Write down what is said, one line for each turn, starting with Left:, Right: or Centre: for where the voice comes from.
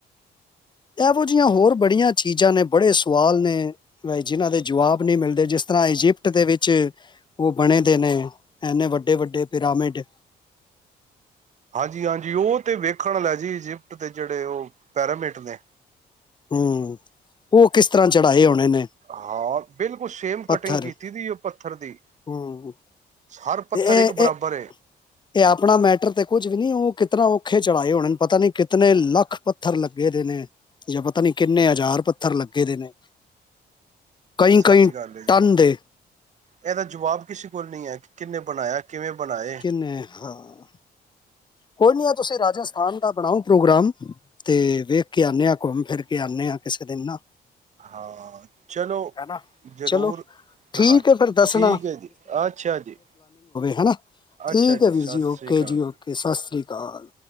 Left: ਇਹੋ ਜਿਹੀਆਂ ਹੋਰ ਬੜੀਆਂ ਚੀਜ਼ਾਂ ਨੇ ਬੜੇ ਸਵਾਲ ਨੇ ਜਿਨਾਂ ਦੇ ਜਵਾਬ ਨਹੀਂੀ ਮਿਲਦੇ ਜਿਸ ਤਰ੍ਹਾਂ ਇਜਿਪਟ ਦੇ ਵਿੱਚ ਉਹ ਬਣੇ ਦੇ ਨੇ ਇਨੇ ਵੱਡੇ ਵੱਡੇ ਪਿਰਾਮਿਡ
Right: ਹਾਂਜੀ ਹਾਂਜੀ ਉਹ ਤੇ ਵੇਖਣ ਲੈ ਜੀ ਇਜਿਪਟ ਦੇ ਜਿਹੜੇ ਉਹ ਪੈਰਾਮੇਟ ਨੇ
Left: ਹਮ ਉਹ ਕਿਸ ਤਰ੍ਹਾਂ ਚੜ੍ਹਾਏ ਹੋਣੇ ਨੇ
Right: ਹਾਂ ਬਿਲਕੁਲ ਸੇਮ
Left: ਪੱਥਰ।
Right: ਕਟਿੰਗ ਕੀਤੀ ਸੀੀ ਉਹ ਪੱਥਰ ਦੀ
Left: ਹੂੰ,
Right: ਹਰ ਪੱਥਰ
Left: ਤੇ ਇਹ
Right: ਇੱਕ ਬਰਾਬਰ
Left: ਇਹ ਇਹ ਆਪਣਾ ਮੈਟਰ ਤੇ ਕੁੱਝ ਵੀ ਨਹੀਂੀ ਉਹ ਕਿਤਨਾ ਔਖੇ ਚੜ੍ਹਾਏ ਹੋਣੇ ਪਤਾ ਨੀ ਕਿਤਨੇ ਲੱਖ ਪੱਥਰ ਲੱਗੇ ਦੇ ਨੇ ਜਾਂ ਪਤਾ ਨੀ ਕਿੰਨੇ ਹਜ਼ਾਰ ਪੱਥਰ ਲੱਗੇ ਦੇ ਨੇ ਕਈ-ਕਈ
Right: ਸੱਚ ਗੱਲ ਹੈ ਜੀ
Left: ਟਨ ਦੇ,
Right: ਇਹਦਾ ਜਵਾਬ ਕਿਸੇ ਕੋਲ ਨਹੀਂ ਹੈ ਕਿ ਕਿੰਨੇ ਬਣਾਇਆ ਕਿਵੇਂ ਬਣਾਏ
Left: ਕਿਨੇ ਹਾਂ ਕੋਈ ਨੀ ਆ ਤੁਸੀਂ ਰਾਜਸਥਾਨ ਦਾ ਬਣਾਓ ਪ੍ਰੋਗਰਾਮ ਤੇ ਵੇਖ ਕੇ ਆੇ ਆ ਘੁੰਮ ਫਿਰ ਕੇ ਆਉਂਦੇ ਆ ਕਿਸੇ ਦਿਨ ਨਾ
Right: ਹਾਂ ਚਲੋ
Left: ਹੈਨਾ
Right: ਜ਼ਰੂਰ
Left: ਚਲੋ ਠੀਕ
Right: ਹਾਂਜੀ
Left: ਹੈ ਫਿਰ ਦੱਸਣਾ
Right: ਠੀਕ ਹੈ ਜੀ ਅੱਛਾ ਜੀ
Left: ਹੈਾ ਠੀਕ
Right: ਅੱਛਾ
Left: ਹੈ ਵੀਰ
Right: ਸਤਿ
Left: ਜੀ ਓਕੇ
Right: ਸ੍ਰੀ ਅਕਾਲ
Left: ਜੀ ਓਕੇ ਸਤਿ ਸ਼੍ਰੀ ਅਕਾਲ